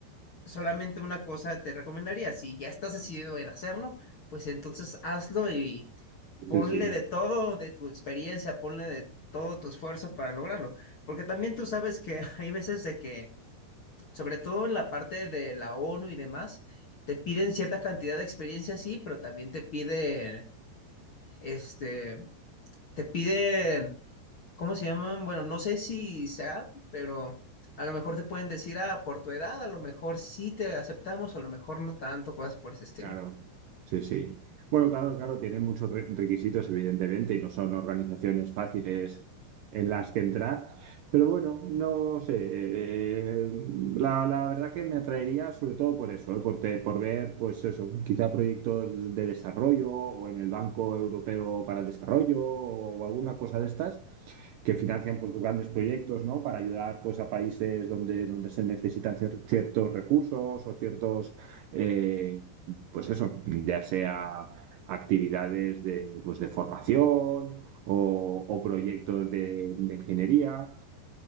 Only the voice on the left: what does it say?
solamente una cosa te recomendaría, si ya estás decidido en hacerlo, pues entonces hazlo y ponle
de todo de tu experiencia, ponle de todo tu esfuerzo para lograrlo, porque también tú sabes que <laughs> hay veces de que, sobre todo en la parte de la ONU y demás, te piden cierta cantidad de experiencia, sí, pero también te piden, este, te piden ¿cómo se llaman? Bueno, no sé si sea, pero a lo mejor te pueden decir, ah, por tu edad, a lo mejor sí te aceptamos, o a lo mejor no tanto, cosas por ese estilo.